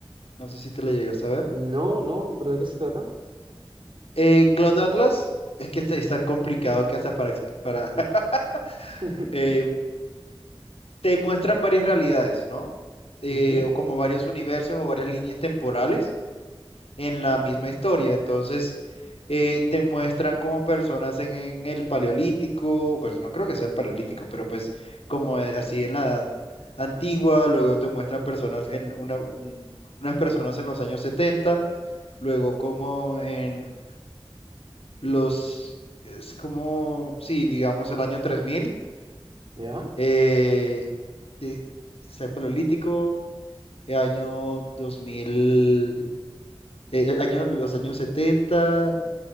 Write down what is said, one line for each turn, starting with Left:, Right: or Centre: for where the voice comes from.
Left: no sé si te la llegas a ver.
Right: No, no, ¿pero de qué se trata?
Left: Eh, Cloud Atlas es que este es tan complicado que hasta para, ex- para <laughs>
Right: <laughs>
Left: eh, te muestran varias realidades, ¿no? Eh,
Right: Ujú.
Left: o como varios universos o varias líneas temporales en la
Right: Ya,
Left: misma historia. Entonces, eh, te muestran como personas en, en el paleolítico, pues no creo que sea el paleolítico, pero pues como eh, así en la edad antigua, luego te muestran personas en una, un- unas personas en los años setenta luego como en los, es como, sí, digamos el año 3000,
Right: ya.
Left: eh, que es paleolítico, el año dos mil eh, año, los años setenta